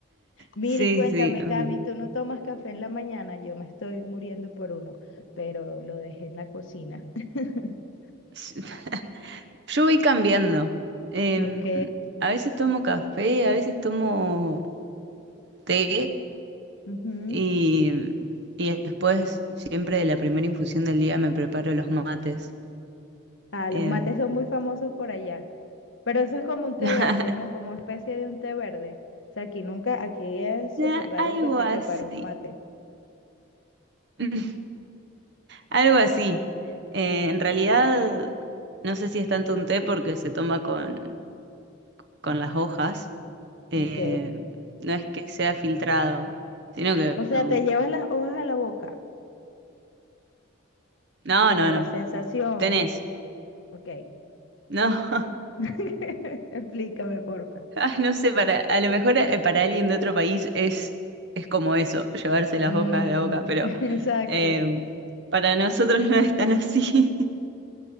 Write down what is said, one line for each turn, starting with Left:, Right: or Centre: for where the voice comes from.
Left: Miri,
Right: Sí,
Left: cuéntame,
Right: sí. mm.
Left: Cami, ¿tú no tomas café en la mañana? Yo me estoy muriendo por uno, pero lo dejé en la cocina. <laughs>
Right: <laughs> Yo voy cambiando. Em,
Left: Ok.
Right: a veces tomo café, a veces tomo té
Left: ujú.
Right: y, y después siempre de la primera infusión del día me preparo los mates.
Left: Ah, los
Right: Em,
Left: mates son muy famosos por allá. Pero eso es como un té
Right: <laughs>
Left: verde, ¿no? Como especie de un té verde. O sea, aquí nunca, aquí es súper
Right: na-
Left: raro
Right: algo
Left: que te
Right: así.
Left: preparen un mate.
Right: <laughs> Algo así. Eh, en realidad, no sé si es tanto un té porque se toma con, con las hojas. Eh,
Left: Ok.
Right: no es que sea filtrado, sino que...
Left: O sea,
Right: um,
Left: te llevas las hojas a la boca.
Right: No,
Left: O sea,
Right: no,
Left: la
Right: no.
Left: sensación.
Right: Tenés.
Left: Ok.
Right: No. <laughs>
Left: <laughs> Explícame, porfa.
Right: Ah, No sé, para, a lo mejor eh, para alguien de otro país es, es como eso, llevarse las
Left: Mm,
Right: hojas a la boca, pero
Left: <laughs> exacto.
Right: eh, para nosotros <laughs> no es tan así.